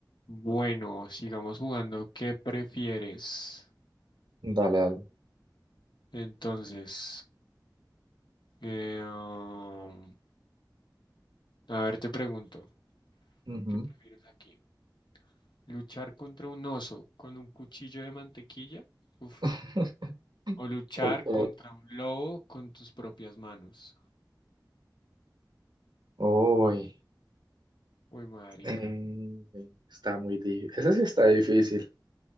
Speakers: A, on the left; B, on the right.
A: Bueno, sigamos jugando. ¿Qué prefieres?
B: Dale, dale.
A: Entonces, eh, um, a ver, te pregunto,
B: Ujú.
A: ¿qué prefieres aquí? ¿Luchar contra un oso con un cuchillo de mantequilla? Uf.
B: <laughs>
A: ¿O luchar
B: Ok.
A: contra un lobo con tus propias manos?
B: Uy.
A: Uy, marica.
B: eh, está muy difícil. Ese sí está difícil.